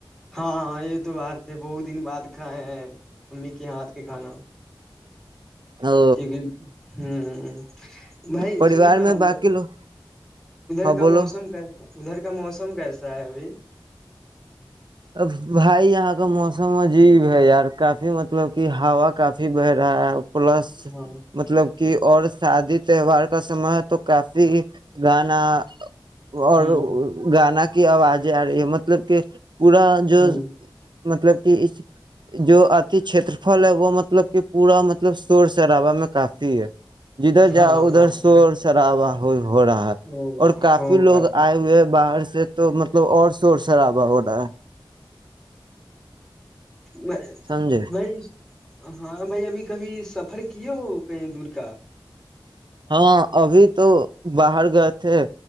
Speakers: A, in the centre; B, on the right.
A: ہاں ہاں یہ تو بات ہے بہت دن بعد کھائے ہیں امی کے ہاتھ کے کھانا
B: او
A: کیونکہ ہوں بھائی
B: پریوار
A: سنو نا
B: میں
A: ادھر
B: باقی لوگ ہاں
A: ادھر کا
B: بولو
A: موسم کیسے ادھر کا موسم کیسا ہے ابھی
B: اب بھائی یہاں کا موسم عجیب ہے یار کافی مطلب کی ہوا کافی بہ رہا ہے پلس
A: ہاں
B: مطلب کہ اور شادی تہوار کا سمے تو کافی گانا اور
A: ہوں
B: گانا <unintelligible> کی آواز جیارے یہ مطلب کہ پورا جو
A: ہوں
B: مطلب کہ اس جو آتی چھیترفل ہے وہ مطلب کہ پورا مطلب شور شربا میں کافی ہے جدھر
A: ہاں
B: جاؤ ادھر
A: ہاں
B: شور
A: ہاں
B: شرابا ہو ہو رہا ہے
A: او
B: اور کافی
A: ہو بھائی
B: لوگ آئے ہوئے باہر سے سے تو مطلب اور شور شرابہ ہوتا <inaudible>
A: میں
B: سمجھے
A: نہیں ہاں بھائی ابھی کبھی سفر کیے ہو کہیں دور کا
B: ہاں ابھی تو باہر گئے تھے